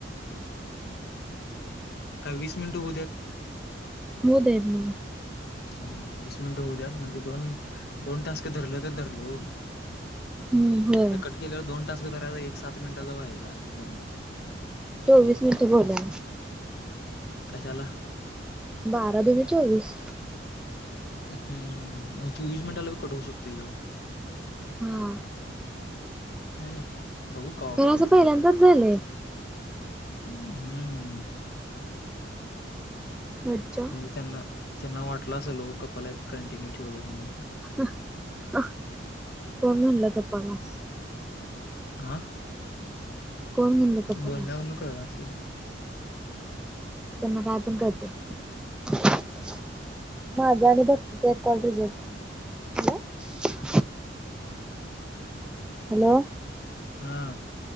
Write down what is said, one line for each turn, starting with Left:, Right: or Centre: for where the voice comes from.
Left: काय वीस मिनटं हुद्यात.
Centre: होवू देत ना.
Left: हं. वीस मिनिटं होऊ द्यात म्हणजे दोन, दोन टास्क धरलं तर धरल ओ.
Centre: हम्म होय
Left: नाहीतर कट केल्यावर दोन टास्क धरायचं, एक सात मिनिटाचा व्हायचा, आणि बोंबाबोंब.
Centre: चोवीस मिनटं बोल <unintelligible>
Left: कशाला?
Centre: बारा दूने चोवीस.
Left: हम् चोवीस मिनटाला बी कट होवू शकतोय ह्यो.
Centre: हा.
Left: <unintelligible> बघू कवा
Centre: कारण
Left: कट
Centre: असं
Left: होईल ते
Centre: पहिल्यांदाच
Left: बघेन.
Centre: झालंय
Left: <unintelligible> हम्म.
Centre: मज्जा
Left: म्हणजे त्यांना, त्यांना वाटलं असल ओ, कपलयत कंटिन्यू ठेवूयात म्हणून.
Centre: <unintelligible> कोण मनल कपलय?
Left: आ
Centre: कोण म्हणलं गप्पा
Left: बोलण्यावरून
Centre: नाय
Left: कळलं असेल.
Centre: त्यांना काय पण कळतय. <unintelligible> माझा आणि भक्तीचा एक कॉल रिजेक्ट <unintelligible>
Left: <inaudible>
Centre: हॅलो
Left: हा.